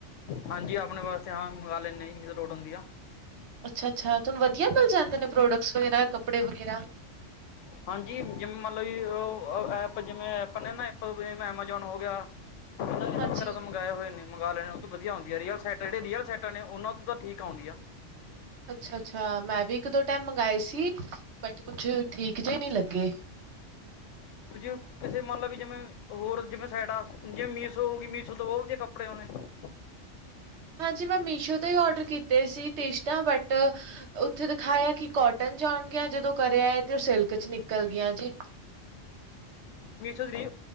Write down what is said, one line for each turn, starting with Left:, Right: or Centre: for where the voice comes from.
Left: ਹਾਂਜੀ, ਆਪਣੇਂ ਵਾਸਤੇ ਹਾਂ ਮੰਗਵਾ ਲੈਂਨੇ ਜੀ, ਜਦੋਂ ਲੋੜ ਹੁੰਦੀਂ ਆ।
Right: ਅੱਛਾ-ਅੱਛਾ, ਤੁਹਾਂਨੂੰ ਵਧੀਆਂ ਮਿਲ਼ ਜਾਂਦੇਂ ਨੇਂ ਪ੍ਰੋਡਕਸ ਵਗ਼ੈਰਾ, ਕੱਪੜੇ ਵਗ਼ੈਰਾ।
Left: ਹਾਂਜੀ, ਜਿਵੇਂ ਮੱਤਲਬ ਜੀ ਉਹ ਐਪ ਜਿਵੇਂ ਐਪ ਨੇਂ ਨਾ ਜਿਵੇਂ ਐਮਾਜ਼ੋਨ ਹੋ ਗਿਆਂ। ਆਨਲਾਈਨ
Right: ਹਾਂਜੀ।
Left: ਐਮਾਜ਼ਾਨ ਤੋ ਮੰਗਵਾਏ ਹੋਏ ਨੇ। ਮੰਗਵਾ ਲੈਂਣੇ, ਉਹ ਤੋਂ ਵਧੀਆਂ ਆਉਂਦੀ ਹੈਂ। ਰਿਅਲ ਸਾਈਟਾਂ ਵਧੀਆ ਹੁੰਦੀ, ਜਿਹੜੇ ਰੀਅਲ ਸਾਈਟਾਂ ਨੇ ਉਹਨਾਂ ਤੋਂ ਤਾਂ ਠੀਕ ਆਉਂਦੀ ਆ।
Right: ਅੱਛਾ-ਅੱਛਾ ਮੈਂ ਵੀ ਇੱਕ-ਦੋ ਟਾਇਮ ਮੰਗਵਾਏ ਸੀਂ, ਬਟ ਕੁੱਛ ਠੀਕ ਜੇ ਨੀਂ ਲੱਗੇਂ।
Left: ਫਿਰ <unintelligible> ਕਿਸ਼ੇ ਮੰਨ ਲੋ ਵੀ ਜਿਵੇਂ ਹੋਰ ਜਿਵੇਂ ਸਾਇਡਾ, ਜਿਵੇਂ ਮੀਸੋ ਹੋਗੀ ਮੀਸੋ ਤੋਂ ਬਹੁਤ ਵਧੀਆਂ ਕੱਪੜੇ ਆਉਂਦੇ ਨੇਂ।
Right: ਹਾਂਜੀ, ਮੈਂ ਮੀਸ਼ੋ ਤੋਂ ਹੀ ਔਡਰ ਕੀਤੇ ਸੀਂ ਟੀਸ਼ਟਾਂ ਬਟ ਉੱਥੇ ਦਿਖਾਇਆਂ ਕਿ ਕੋਟਨ ਚ ਆਉਣਗੀਆਂ, ਜਦੋਂ ਘਰੇਂ ਆਏਂ ਤੇ ਉਹ ਸਿਲਕ ਚ ਨਿਕਲ਼ ਗੀਆਂ ਜੀ।
Left: ਮੀਸ਼ੋ ਦੀ